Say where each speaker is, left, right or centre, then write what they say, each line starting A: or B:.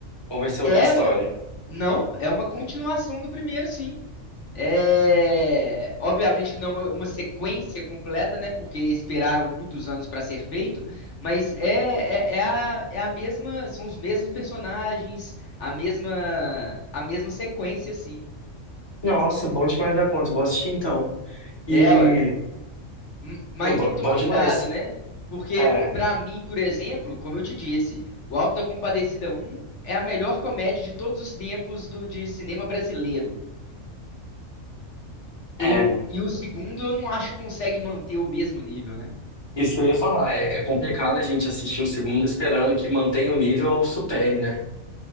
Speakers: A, on the left (about 20°); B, on the left (about 65°).
A: Ou vai ser outra
B: É,
A: história?
B: um- não, é uma continuação do primeiro, sim. É, obviamente que não é uma, uma sequência completa, né? Porque esperaram muitos anos para ser feito, mas é, é, é a, é a mesma, são os mesmos personagens, a mesma, a mesma sequência, assim
A: Nossa, bom demais da conta, vou assistir então. E.
B: É, ué, M- Mas
A: Não, bo-
B: tem que tomar
A: bom, demais.
B: cuidado, né? Porque,
A: É,
B: pra mim, por exemplo, como eu te disse, o Auto da Compadecida um é a melhor comédia de todos os tempos do, de cinema brasileiro. Eu,
A: é.
B: e o segundo, eu não acho que consegue manter o mesmo nível, né?
A: Isso que eu ia falar, é, é complicado a gente assistir o segundo esperando que mantenha o nível ou supere, né?